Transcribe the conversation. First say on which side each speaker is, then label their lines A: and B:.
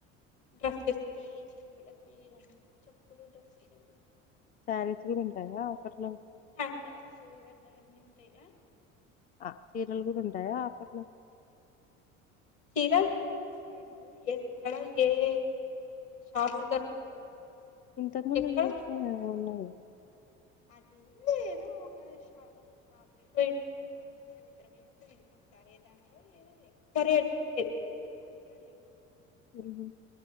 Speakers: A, on the left (about 50°); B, on the left (about 25°).
A: డ్రస్సస్ కి చెప్పులకి అన్ని చొప్పులు డ్రస్సులు
B: శారీస్
A: ఏమేమి
B: కూడా
A: ఉంటాయ్
B: ఉంటాయా
A: అబ్బా
B: ఆఫర్లో
A: హ్యాండ్ బ్యాగ్స్ అట్లా అన్నీ ఉంటాయ్ అ
B: అ చీరలు గూడా ఉంటాయా ఆఫర్లో
A: చీర <unintelligible> మళ ఎక్కడ ఏం షాప్లో దొరకదు
B: ఇంతక ముందు
A: ఎక్కడ
B: జూస్నా
A: దొరకదు
B: నేను ఉన్నాయి
A: అది ఏంలేదు ఒక ష ఒక షాప్ లేకి పోయింటిమి కదా మనం మనం ఇద్దరమేమొ పొయింటి ఒకసారే దాంట్లో ఎ ఎక్కువ రేటు ఉన్నాయ్ అది గూడా మంచిగా లేవ్
B: హ్మ్ హు